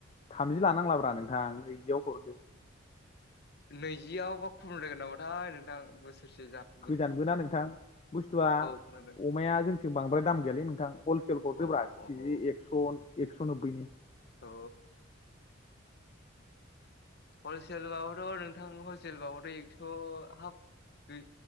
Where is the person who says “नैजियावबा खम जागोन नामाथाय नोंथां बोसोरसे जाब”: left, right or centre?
Left